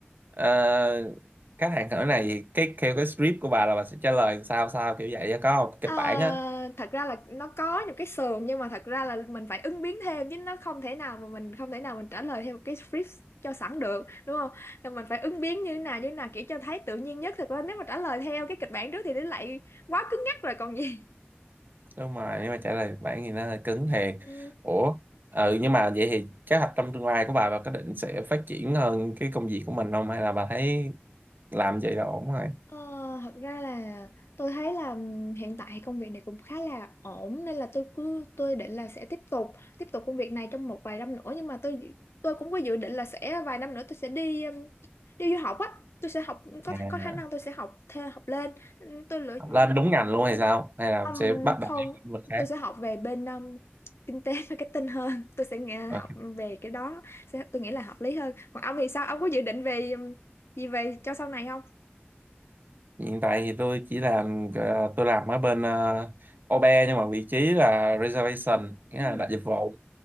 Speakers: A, on the right (about 50°); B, on the left (about 80°).
A: ờ, khách hàng hỏi này cái theo cái script của bà là bà sẽ trả lời sao sao kiểu vậy á, có không kịch
B: Ờ,
A: bản á
B: thật ra là nó có những cái sườn nhưng mà thật ra là mình phải ứng biến thêm chứ nó không thể nào mà mình không thể nào mình trả lời theo một cái script cho sẵn được đúng không nên mình phải ứng biến như thế nào như thế nào kiểu cho thấy tự nhiên nhất thật ra nếu mà trả lời theo cái kịch bản trước thì nó lại quá cứng nhắc rồi còn gì
A: đúng rồi nếu mà trả lời bản thì nó hơi cứng thiệt
B: Ừ,
A: ủa ừ nhưng mà vậy thì kế hoạch trong tương lai của bà bà có định sẽ phát triển hơn cái công việc của mình không hay là bà thấy làm vậy là ổn rồi
B: Ờ, thật ra là tôi thấy là ừm, hiện tại công việc này cũng khá là ổn nên là tôi cứ tôi định là sẽ tiếp tục tiếp tục công việc này trong một vài năm nữa nhưng mà tôi dự- tôi cũng có dự định là sẽ vài năm nữa tôi sẽ đi ừm, đi du học á tôi sẽ học có
A: à,
B: có khả năng tôi sẽ học theo học lên Ừm, tôi lựa
A: học
B: ừm,
A: lên đúng ngành luôn hay sao hay là
B: ừm,
A: sẽ bắt đầu
B: không
A: với lĩnh vực khác
B: tôi sẽ học về bên ừm, kinh tế <laughs> marketing hơn tôi sẽ nghe
A: Ờ,
B: học về cái đó sẽ, tôi nghĩ là hợp lý hơn còn ông thì sao ông có dự định về ừm, gì về cho sau này không
A: hiện tại thì tôi chỉ làm ờ, tôi làm ở bên uh, OBE nhưng mà vị trí là reservation nghĩa
B: ừ
A: là đặt dịch vụ